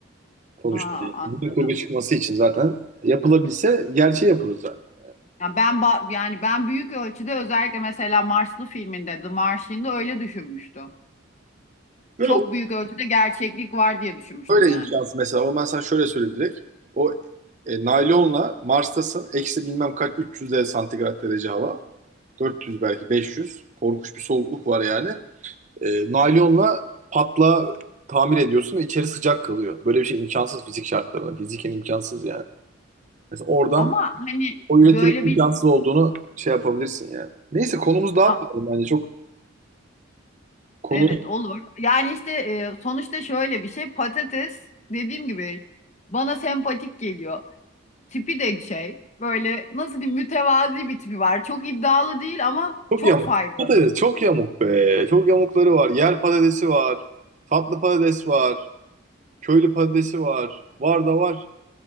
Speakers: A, on the right (about 35°); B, on the left (about 35°).
A: sonuçta.
B: Aa,
A: Yani
B: anladım.
A: bilim kurgu çıkması için zaten yapılabilse gerçeği yapılır zaten.
B: Ya ben ba- yani ben büyük ölçüde özellikle mesela Marslı filminde The Martian'da öyle düşünmüştüm.
A: Böyle
B: Çok büyük ölçüde gerçeklik var diye düşünmüştüm
A: Böyle
B: yani.
A: imkansız mesela. O ben sana şöyle söyleyeyim direkt. O e, naylonla Mars'tasın. Eksi bilmem kaç 300 de santigrat derece hava. 400 belki 500. Korkunç bir soğukluk var yani. E, naylonla patla tamir ediyorsun ve içeri sıcak kalıyor. Böyle bir şey imkansız fizik şartlarında. Fiziken imkansız yani. Mesela oradan
B: Ama hani
A: o
B: böyle
A: üretimin imkansız
B: bir
A: olduğunu şey yapabilirsin yani. Neyse konumuzu dağıtmayalım
B: A-
A: bence. Çok konu
B: evet olur. Yani işte e, sonuçta şöyle bir şey patates dediğim gibi bana sempatik geliyor. Tipi de şey böyle nasıl diyeyim mütevazi bir tipi var. Çok iddialı değil ama
A: çok
B: çok
A: yamuk.
B: faydalı.
A: Patates çok yamuk be. Çok yamukları var. Yer patatesi var. Tatlı patates var. Köylü patatesi var. Var da var.